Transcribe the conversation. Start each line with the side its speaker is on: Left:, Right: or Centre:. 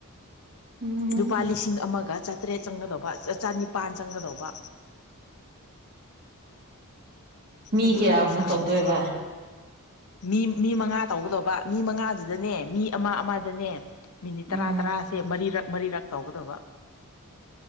Right: ꯎꯝ
Left: ꯂꯨꯄꯥ ꯂꯤꯁꯤꯡ ꯑꯃꯒ ꯆꯥꯇ꯭ꯔꯦꯠ ꯆꯪꯒꯗꯧꯕ ꯆꯅꯤꯄꯥꯟ ꯆꯪꯒꯗꯧꯕ
Right: ꯃꯤ
Left: ꯑꯁꯤ
Right: ꯀꯌꯥꯃꯨꯛ
Left: ꯋꯥꯔꯤ ꯁꯥꯕꯁꯦ
Right: ꯇꯧꯗꯣꯏꯕ
Left: ꯃꯤ ꯃꯤ ꯃꯉꯥ ꯇꯧꯒꯗꯧꯕ ꯃꯤ ꯃꯉꯥꯗꯨꯗꯅꯦ ꯃꯤ ꯑꯃꯥ ꯑꯃꯗꯅꯦ ꯃꯤꯅꯤꯠ ꯇꯔꯥ
Right: ꯎꯝ
Left: ꯇꯔꯥꯁꯦ ꯃꯔꯤꯔꯛ ꯃꯔꯤꯔꯥꯛ ꯇꯧꯒꯗꯕ